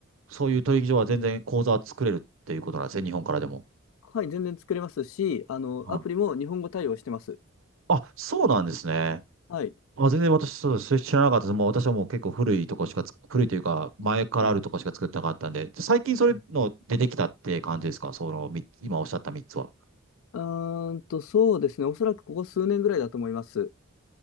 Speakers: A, on the right; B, on the left.
A: そういう取引所は全然口座は作れるっていうことなんですね、日本からでも。
B: はい、全然作れますし、あの、
A: はい
B: アプリも日本語対応してます。
A: あ、そうなんですね。
B: はい、
A: あ、全然私、そうです。知らなかったです。もう私はもう結構古いとこしかつ、古いというか、前からあるとこしか作ってなかったんで、
B: はい。
A: 最近それの出てきたって感じですかその、
B: はい、
A: み今おっしゃった3つは。
B: うーんと、そうですね。おそらくここ数年ぐらいだと思います。